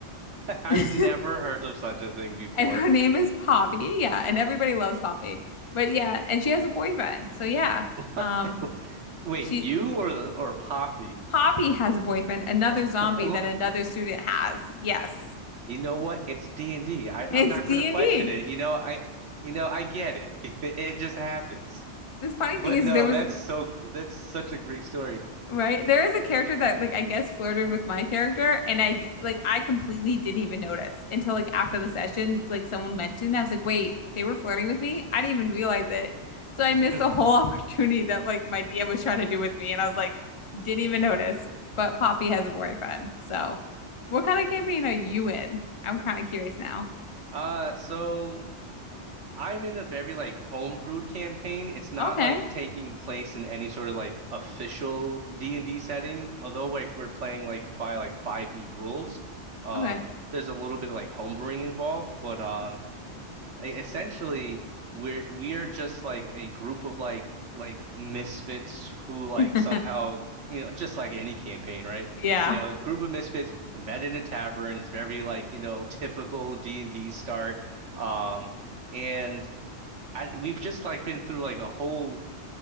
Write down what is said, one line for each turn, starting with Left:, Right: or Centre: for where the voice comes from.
Left: <laughs>
Right: I've
Left: and
Right: never heard of such a thing before.
Left: her name is Poppy yeah and everybody loves Poppy but yeah and she has a boyfriend so yeah
Right: <laughs>
Left: um
Right: Wait,
Left: she
Right: you or the or Poppy?
Left: Poppy has a boyfriend another
Right: <laughs>
Left: zombie that another student has yes
Right: You know what? It's D&D. am
Left: it's
Right: not
Left: D&D
Right: going to question it. You know, I, you know, I get it. <laughs> It just happens.
Left: the funny
Right: But
Left: thing is
Right: no,
Left: there was
Right: that's so, gr- that's such a great story.
Left: Right? There is a character that like I guess flirted with my character and I, like I completely didn't even notice until like after the session like someone mentioned it. I was like, "Wait, they were flirting with me? I didn't even realize it." So I
Right: <laughs>
Left: missed a whole <laughs> opportunity that like my DM was trying to do with me and I was like, "Didn't even notice." But Poppy has a boyfriend. So, what kind of campaign are you in? I'm kind of curious now.
Right: Uh, so I'm in a very like homebrewed campaign. It's not
Left: Okay.
Right: like taking place in any sort of like official D&D setting, although like we're playing like by like 5e rules. Um,
Left: Okay.
Right: there's a little bit of like homebrewing involved, but um, e- essentially we're we are just like a group of like like misfits who like
Left: <laughs>
Right: somehow you know just like any campaign right
Left: Yeah.
Right: you know a group of misfits we met in a tavern is very like you know typical D&D start um and I we've just like been through like a whole